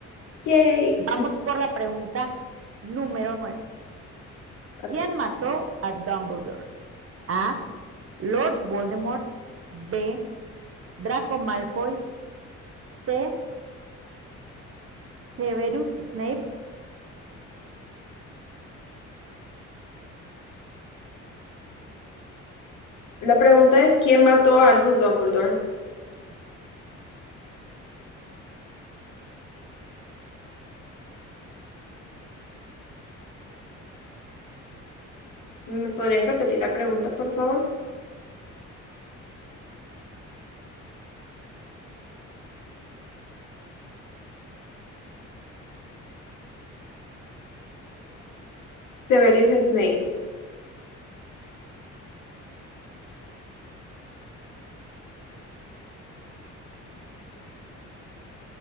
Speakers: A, on the left; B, on the right.
A: Yay.
B: Vamos por la pregunta número 9.
A: Ok.
B: ¿Quién mató a Dumbledore? A, Lord Voldemort, B, Draco Malfoy, C, Severus Snape.
A: La pregunta es, ¿quién mató a Albus Dumbledore? ¿Me podrías repetir la pregunta, por favor? Severus Snape.